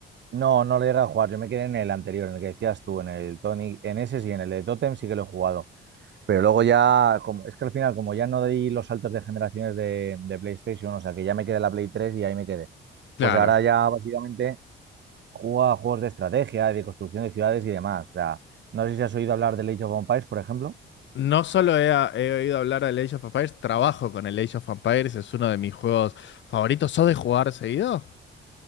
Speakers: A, on the right; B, on the left.
A: No, no lo llegué a jugar. Yo me quedé en el anterior, en el que decías tú, en el Tony, en ese sí, en el de Totem sí que lo he jugado. Pero luego ya, como, es que al final, como ya no di los saltos de generaciones de, de PlayStation, o sea que ya me quedé en la Play tres y ahí me quedé.
B: Claro.
A: Pues ahora ya básicamente juego a juegos de estrategia, de construcción de ciudades y demás. O sea, no sé si has oído hablar del Age of Empires, por ejemplo.
B: No solo he, he oído hablar del Age of Empires, trabajo con el Age of Empires, es uno de mis juegos favoritos. ¿Sos de jugar seguido?